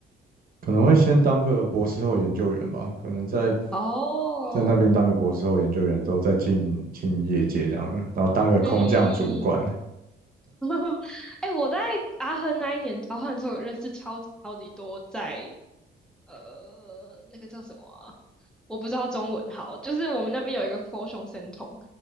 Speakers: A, on the right (about 45°); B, in the centre.
A: <laughs> 可能会先当个博士后研究员吧，可能在
B: 哦，
A: 在那边当个博士后研究员之后，再进进业界这样，然后当个空降主管。
B: 嗯，哎 <laughs> 欸我在阿亨那一年交换的时候，有认识超级超级多在呃，那个叫什么啊我不知道中文好，就是我们那边有一个 f o r 胸生酮，